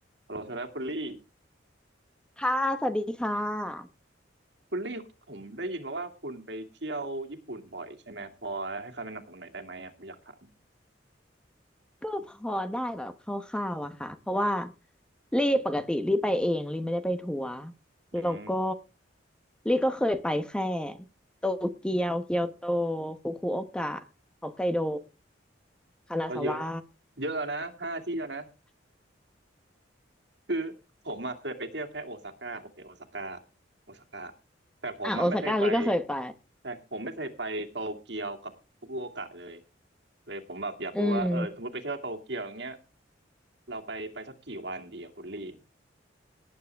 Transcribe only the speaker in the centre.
ค่ะสวัสดีค่ะ
ก็พอได้แบบคร่าวๆอะค่ะ เพราะว่าลี่ปกติลี่ไปเองลี่ไม่ได้ไปทัวร์
แล้วก็ลี่ก็เคยไปแค่โตเกียว เกียวโตฟุกุโอกะฮอกไกโดคานาซาวะ
อ่ะโอซาก้าลี่ก็เคยไป
อืม